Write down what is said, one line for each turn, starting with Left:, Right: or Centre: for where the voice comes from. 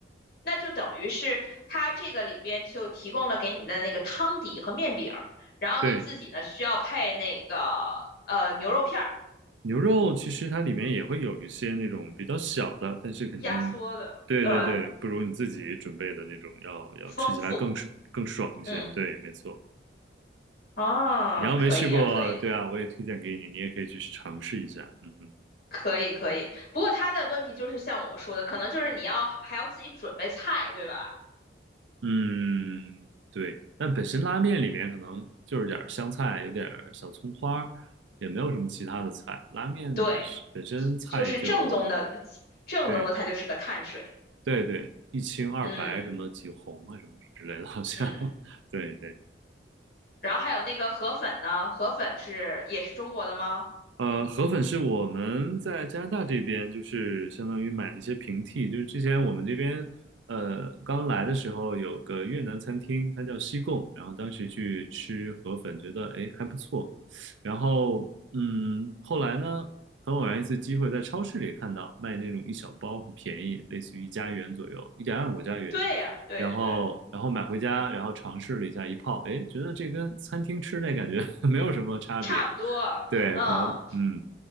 Left: 那就等于是它这个里边就提供了给你的那个汤底和面饼然后你自己呢需要配那个呃牛肉片儿，
Right: 对，牛肉其实它里面也会有一些那种比较小的，但是肯定，
Left: 压缩的呃
Right: 对对对，不如你自己准备的那种要要吃起来更爽更爽一些。
Left: 丰富。嗯，
Right: 对，没错。
Left: 啊，
Right: 你要没试过，
Left: 可以呀、可以。
Right: 对啊，我也推荐给你，你也可以去尝试一下。嗯哼，
Left: 可以可以，不过他的问题就是像我说的，可能就是你要还要自己准备菜，对吧？
Right: 嗯，对。但本身拉面里面可能就是点儿香菜，有点儿小葱花儿，也没有什么其他的菜。拉面本身本身菜就
Left: 对，就是正宗的，正宗的它就是个碳水，
Right: 对对对，一清二白什么几红啊什么之类的，
Left: 嗯
Right: 好像
Left: 嗯。
Right: <laughs> 对对。
Left: 然后还有那个河粉呢，河粉是也是中国的吗？
Right: 呃，河粉是我们在加拿大这边，就是相当于买的一些平替，就是之前我们这边，呃，刚来的时候有个越南餐厅，它叫西贡，然后当时去吃河粉，觉得哎还不错，然后嗯，后来呢，很偶然一次机会在超市里看到卖那种一小包，很便宜，类似于一加元左右，一点二五加元，
Left: 对呀，对对，
Right: 然后然后买回家，然后尝试了一下一泡，哎，觉得这跟餐厅吃那感觉 <laughs> 没有什么差别。
Left: 差不多，
Right: 对，
Left: 嗯。
Right: 可能，嗯